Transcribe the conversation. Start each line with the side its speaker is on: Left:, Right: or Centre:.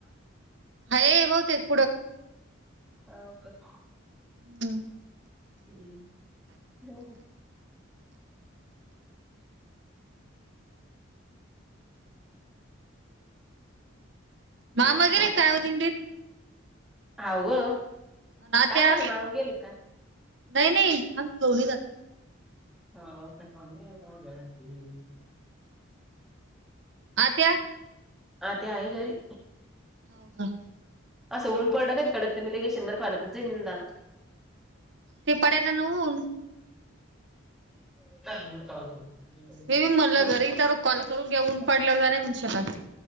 Right: आहे बहुतेक ते.
Centre: हो का
Right: हम्म
Centre: हम्म जाऊ दे.
Right: मामा गेले काय हो दिंडीत?
Centre: हाव ग
Right: अन आत्या
Centre: का कायच मळाव गेले काय.
Right: नाही नाही <unintelligible> जात.
Centre: हो <inaudible> मी
Right: आ त्या
Centre: आत्या आहे घरी.
Right: हो का.
Centre: असं ऊन पडलं का कडक ते मी <unintelligible> जाई निंदाना.
Right: ते पडेना ना ऊन.
Centre: <unintelligible>
Right: मी म्हणलं
Centre: लाव.
Right: घरी तर कॉल करून घेऊन पडल्यावर नाही होऊ शकत.